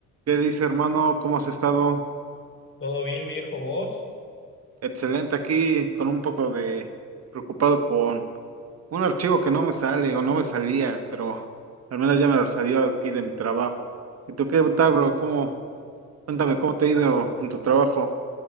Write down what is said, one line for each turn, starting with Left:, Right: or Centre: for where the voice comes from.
Right: ¿Qué dice, hermano? ¿Cómo has estado?
Left: Todo bien, viejo vos.
Right: Excelente aquí, con un poco de preocupado con un archivo que no me sale o no me salía, pero al menos ya me lo salió aquí de mi trabajo. ¿Y tú qué tal, bro? ¿Cómo? Cuéntame, ¿cómo te ha ido en tu trabajo?